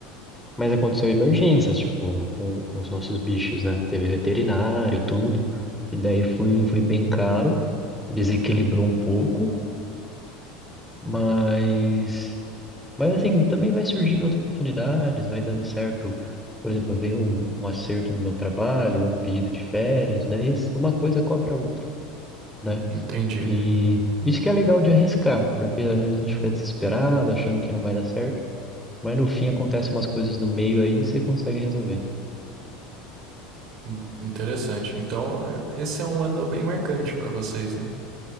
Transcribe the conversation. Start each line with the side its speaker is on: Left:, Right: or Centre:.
Centre: Mas aconteceu emergências, tipo, com, com os nossos bichos, né? Teve veterinário, tudo. E daí foi, foi bem caro, desequilibrou um pouco, mas, mas assim, também vai surgindo outras oportunidades, vai dando certo. Por exemplo, veio um, um acerto do meu trabalho, ou um pedido de férias, daí esse- uma coisa cobra a outra, né?
Right: Entendi.
Centre: E isso que é legal de arriscar, porque às vezes a gente fica desesperado, achando que não vai dar certo, mas no fim acontecem umas coisas no meio aí e você consegue resolver.
Right: In- Interessante. Então, eh, esse é um ano bem marcante pra vocês, né?